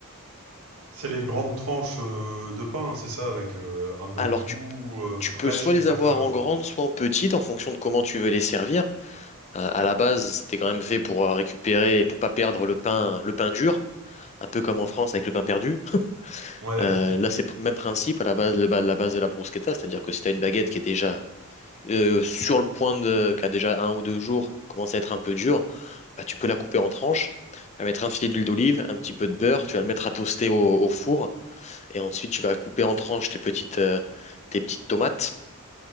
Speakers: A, on the right; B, on the left.
A: c'est les grandes tranches, heu, de pain, hein, c'est ça? Avec, heu, un peu
B: Alors,
A: de tout,
B: tu,
A: heu, fraîche
B: tu peux soit
A: en
B: les
A: fait,
B: avoir
A: heu?
B: en grande, soit en petite, en fonction de comment tu veux les servir. Euh, à la base, c'était quand même fait pour euh, récupérer, et pour pas perdre le pain, le pain dur. Un peu comme en France avec le pain perdu.
A: Ouais,
B: Euh,
A: OK.
B: là, c'est le même principe à la base, le ba- la base de la bruschetta, c'est-à-dire que si tu as une baguette qui est déjà euh, sur le point de, qui a déjà un ou deux jours, commence à être un peu dur, bah, tu peux la couper en tranches. Tu vas mettre un filet d'huile d'olive, un petit peu de beurre, tu vas le mettre à toaster au, au four et ensuite tu vas couper en tranches tes petites, euh, tes petites tomates.